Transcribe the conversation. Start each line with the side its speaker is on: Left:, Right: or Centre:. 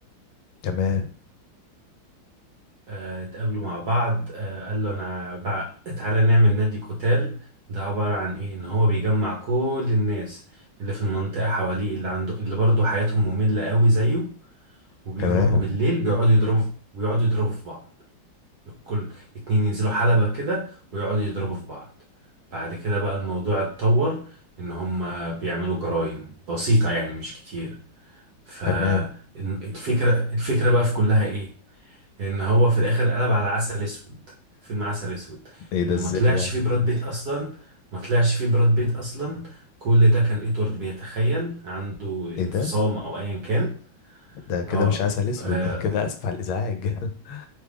Left: تمام
Right: آه، اتقابلوا مع بعض آه، قال له أنا بقى تعالى نعمل نادي قتال ده عبارة عن إيه إن هو بيجمع كل الناس اللي في المنطقة حواليه اللي عنده اللي برضه حياتهم مملة قوي زيه وبيروحوا
Left: تمام
Right: بالليل بيقعدوا يضربوا في- بيقعدوا يضربوا في بعض كل اتنين ينزلوا حلبة كده ويقعدوا يضربوا في بعض بعد كده بقى الموضوع اتطور ان هم بيعملوا جرائم بسيطة يعني مش كتير فالفكرة
Left: تمام
Right: الفكرة بقى في كلها ايه ان هو في الاخر قلب على عسل اسود فيلم عسل اسود
Left: ايه ده
Right: ان
Left: ازاي
Right: ما طلعش
Left: يعني
Right: فيه براد بيت اصلا ما طلعش فيه براد بيت اصلا كل ده كان ادوارد بيتخيل عنده
Left: <laughs>
Right: انفصام
Left: ايه ده
Right: او ايا كان
Left: ده كده
Right: اه
Left: مش عسل اسود
Right: آه،
Left: ده كده اسف على الازعاج <laughs>